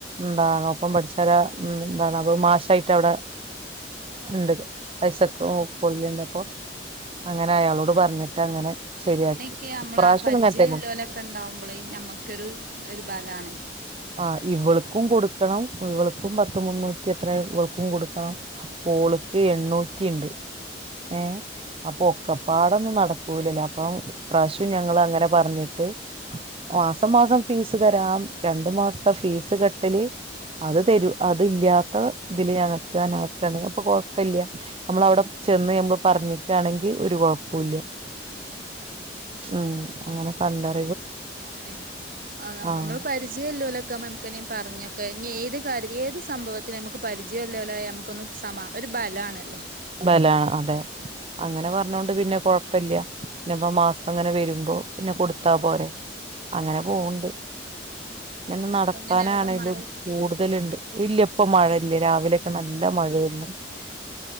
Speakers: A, on the right; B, on the right.
A: എന്താണ് ഒപ്പം പഠിച്ചാല ഉം എന്താണ് അപ്പൊ മാശായിട്ട് അവിടെ ഇണ്ട് പൈസക്കോ
B: ആഹ് ആഹ്
A: <unintelligible> അങ്ങനെ അയാളോട് പറഞ്ഞിട് ട്ട് അങ്ങനെ
B: ആ
A: ശരിയാക്കി
B: അങ്ങനെയൊക്കെ നമ്മളെ
A: ഇപ്രാവശ്യം
B: പരിചയല്ലോലൊക്കെ
A: ഇങ്ങനെ തന്നെ
B: ഇണ്ടാവുമ്പോളേ നമുക്കൊരു ഒരു ബലാണ് ഹ്
A: ആ ഇവൾക്കും കൊടുക്കണം ഇവളുക്കും പത്ത് മുന്നൂറ്റി എത്രയോ ഇവളുക്കും കൊടുക്കണം
B: ഉം
A: ഓൾക്ക്
B: ഉം
A: എണ്ണൂ ക്കിയ്ണ്ട്
B: അതാ
A: ഏ അപ്പൊ
B: ഉം
A: ഒക്കപ്പാടൊന്നും
B: ഉം
A: നടക്കു <unintelligible> <unintelligible> ഇപ്രാശം ഞങ്ങള് അങ്ങനെ പറഞ്ഞിട്ട് മാസം മാസം ഫീസ് തരാം രണ്ടു മാസത്തെ ഫീസ് കെട്ടല് അത് തരും
B: ആ
A: അത് ല്ലാത്ത ഇതിലെയാന്ന് ഇതാണ അവസ്ഥാണ്
B: ആ ആ
A: അപ്പൊ കൊഴപ്പില്ല നമ്മളവിടെ ചെന്ന്കയ്യുമ്പം പറഞ്ഞിറ്റാണെങ്കിൽ ഒരു കുഴപ്പൂല്ല
B: ആ
A: ഉം അങ്ങനെ ആണ് ല്ലേ
B: ആണ് അത
A: ആഹ്
B: നമ്മള് പരിച ജ്ജ് ല്ലേലൂഅക്ക നമുക്കെനി പറഞ്ഞക്ക ഇഞെത് കാര്യ ഏത് സംഭവത്തിന് നമുക്ക് പരിചയല്ലപോലായ നമുക്കൊന്ന് സമാ ഒരു ബലാണല്ലോ
A: ബല അതെ
B: ഉം
A: അങ്ങനെ പറഞ്ഞോണ്ട്
B: അതന്നെ
A: പിന്നെ കൊഴപ്പില്ല പിന്നപ്പ മാസങ്ങനെ വരും പ്പോ പിന്നെ കൊടുത്താ
B: ആ
A: പോരെ അങ്ങനെ
B: ഉം ഉം
A: പോണ്ട് ഇങ്ങനെ നടക്കാനാണേലും
B: ഇപ്പ എങ്ങനെ അവിടെ മഴ
A: കൂടുതല്ണ്ട് ഇല്ല ഇപ്പൊ മഴയില്ല രാവിലെക്കെ നല്ല മഴേരുന്നു
B: ഏ ഏ